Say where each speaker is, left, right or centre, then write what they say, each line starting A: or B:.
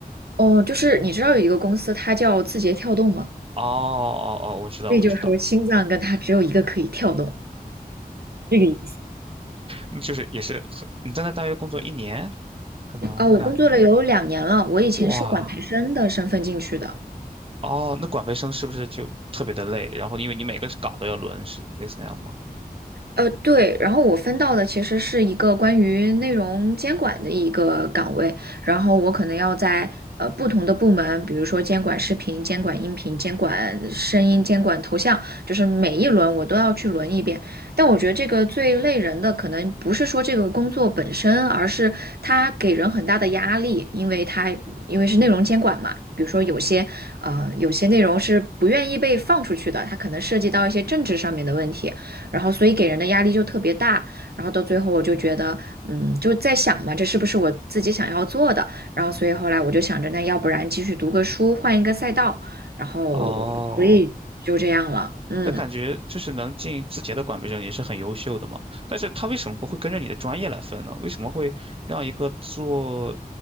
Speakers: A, on the right; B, on the right.
A: 哦，就是你知道有一个公司，它叫字节跳动吗？
B: 哦哦哦，我知道我知道，
A: 所以就说心脏跟它只有一个可以跳动，这个意
B: 嗯就是也是很你在那大约工作一年，可能一两年，
A: 思啊。我工作了有两年了，我以前是管培生的身份进去的，
B: 哇，哦，那管培生是不是就特别的累？然后因为你每个岗都要轮，是类似那样吗？
A: 呃，对，然后我分到的其实是一个关于内容监管的一个岗位，然后我可能要在呃不同的部门，比如说监管视频、监管音频、监管声音、监管头像，就是每一轮我都要去轮一遍。但我觉得这个最累人的，可能不是说这个工作本身，而是它给人很大的压力，因为它因为是内容监管嘛。比如说有些，啊有些内容是不愿意被放出去的，它可能涉及到一些政治上面的问题，然后所以给人的压力就特别大，然后到最后我就觉得，嗯，就在想嘛，这是不是我自己想要做的？然后所以后来我就想着，那要不然继续读个书，换一个赛道，然后所以就这样了，
B: 哦，
A: 嗯。
B: 那感觉就是能进字节的管培生也是很优秀的嘛。但是他为什么不会跟着你的专业来分呢？为什么会让一个做